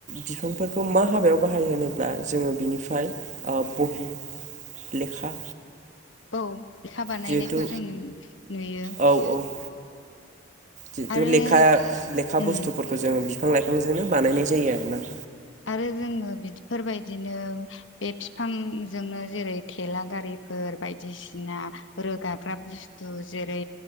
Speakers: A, on the right (about 35°); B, on the left (about 70°).
A: बिफांफोरखौ मा हाबायाव बाहायो होनोब्ला जोङो बिनिफ्राय ओ बहि, लेखा
B: औ लेखा बानायनायखौ
A: जिहेथु
B: जों नु-नुयो।
A: औ औ जिथु
B: आरो
A: लेखा लेखा
B: उम
A: बुस्थुफोरखौ जोङो बिफां-लाइफांजोंनो बानायनाय जायो आरोना।
B: आरो जोङो बिफोरबायदिनो बे फिफां जोंनो जेरै थेला गारिफोर बायदिसिना रोगाग्रा बुस थु जेरै